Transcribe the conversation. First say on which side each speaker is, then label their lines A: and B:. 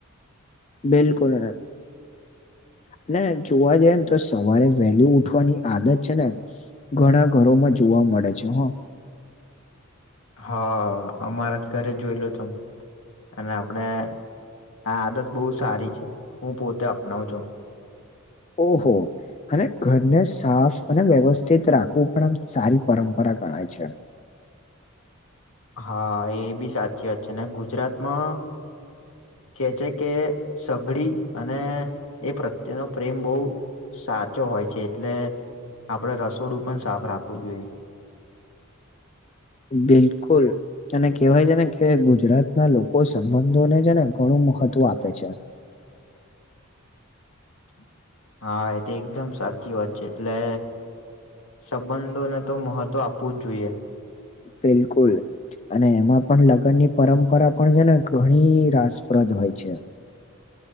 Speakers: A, on the left (about 30°); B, on the left (about 80°).
A: બિલકુલ. અને જોવા જઈ ને તો સવારે વેલી ઉઠવાની આદત છે, ને ઘણા ઘરોમાં જોવા મળે છે, હા
B: હા અમારા જ ઘરે જોય લો <unintelligible> હું અને આપડે આ આદત બહુ સારી છે, હું પોતે અપનાવ છો
A: ઓહો અને ઘરને સાફ અને વ્યવસ્થિત રાખવું પણ આમ સારી પરંપરા ગણાય છે.
B: હા એ બી સાચીત છે, ને ગુજરાતમાં કે છે, કે સઘડી અને એ પ્રત્યેનો પ્રેમ બહુ સાચો હોય છે, એટલે આપડે રસોડું પણ સાફ રાખવું જોઈએ. <unintelligible>
A: બિલકુલ અને કેવાય છે, ને કે ગુજરાત ના લોકો સંબંધોને છે, ને ઘણું મહત્વ આપે છે.
B: <unintelligible> હા એ તો એકદમ સાચી વાત છે, એટલે સંબંધોને તો મહત્વ આપવું જ જોઈએ.
A: બિલકુલ અને એમાં પણ લગ્ન ની પરંપરા પણ છે, ને ઘણી રાસપ્રદ હોય છે.